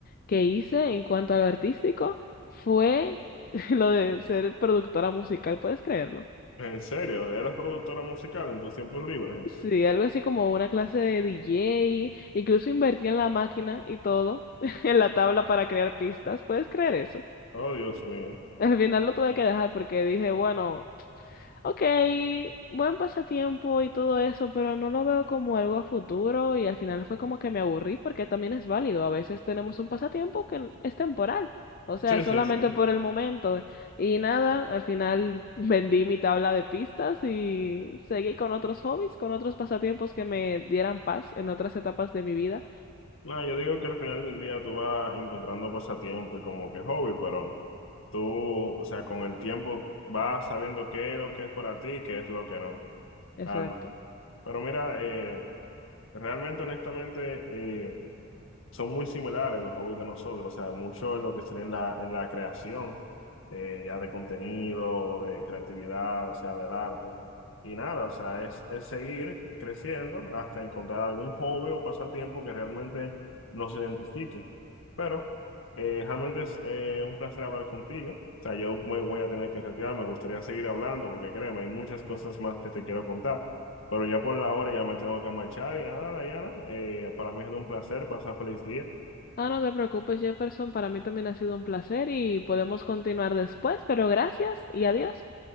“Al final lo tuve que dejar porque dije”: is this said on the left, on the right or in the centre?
Left